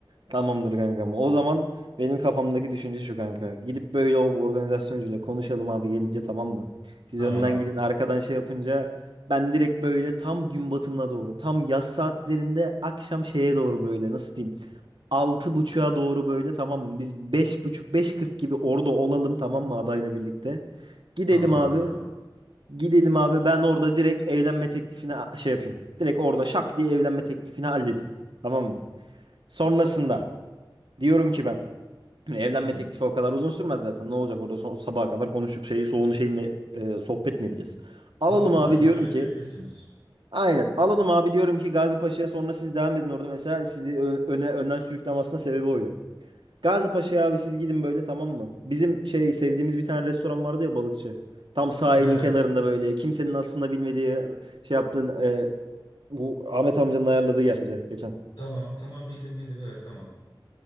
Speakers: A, on the right; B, on the left.
A: Tamamdır kankam. O zaman benim kafamdaki düşünce şu kanka. Gidip böyle o organizasyoncuyla konuşalım abi gelince tamam mı? Siz
B: Tamam
A: önden gidin arkadan şey yapınca ben direkt böyle tam gün batımına doğru tam yaz saatlerinde akşam şeye doğru böyle nasıl diyeyim? Altı buçuğa doğru böyle tamam mı? Biz beş buçuk beş kırk gibi orada olalım tamam mı adayla birlikte. Gidelim
B: tamam
A: abi.
B: kanka.
A: Gidelim abi ben orada direkt evlenme teklifini a- şey yapayım. Direkt orada şak diye evlenme teklifini halledeyim. Tamam mı? Sonrasında Diyorum ki ben. <clears throat> Şimdi evlenme
B: Hı.
A: teklifi o kadar uzun sürmez zaten. Ne olacak orada son, sabaha kadar konuşup şey, soğunu şeyinle e, sohbet mi edeceğiz? Alalım
B: Yok
A: abi
B: canım
A: diyorum
B: öyle
A: ki.
B: diyecek değilsiniz.
A: Aynen alalım abi diyorum ki Gazi Paşa'ya sonra siz devam edin orada mesela sizi ö- öne önden sürüklemesine sebebi oydu. Gazi Paşa'ya abi siz gidin böyle tamam mı? Bizim şey sevdiğimiz bir tane restoran vardı ya balıkçı. Tam sahilin
B: He
A: kenarında böyle kimsenin
B: t-
A: aslında bilmediği şey yaptığın e, bu Ahmet amcanın ayarladığı yer bize geçen.
B: tamam tamam bildim bildim evet tamam